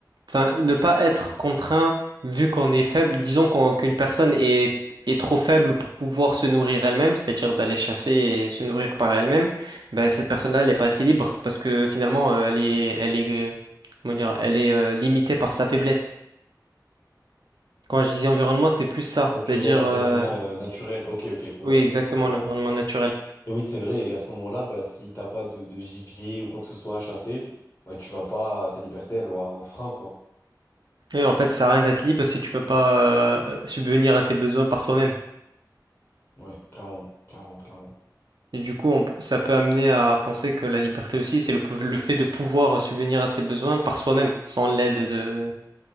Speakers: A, on the right; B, on the left.
A: enfin, ne pas être contraint vu qu'on est faible. Disons qu'on- qu'une personne est, est trop faible pour pouvoir se nourrir elle-même, c'est-à-dire d'aller chasser et se nourrir par elle-même. Ben, cette personne-là, elle n'est pas assez libre parce que finalement, euh, elle est, elle est, euh, comment dire, elle est euh, limitée par sa faiblesse. Quand je disais environnement, c'était plus ça,
B: Ok,
A: c'est-à-dire,
B: ouais, l'environnement
A: euh,
B: euh, naturel. Ok, ok, ouais,
A: oui,
B: complètement,
A: exactement,
B: je vois.
A: l'environnement naturel.
B: Et oui, c'est vrai, et à ce moment-là, bah, si t'as pas de, de gibier ou quoi que ce soit à chasser, bah, tu vas pas, ta liberté, elle aura un frein, quoi.
A: Et en fait, ça sert à rien d'être libre si tu peux pas euh, subvenir à tes besoins par toi-même.
B: Ouais, clairement, clairement, clairement.
A: Et du coup, on- ça peut amener à penser que la liberté aussi, c'est le, pou- le fait de pouvoir subvenir à ses besoins par soi-même, sans l'aide de,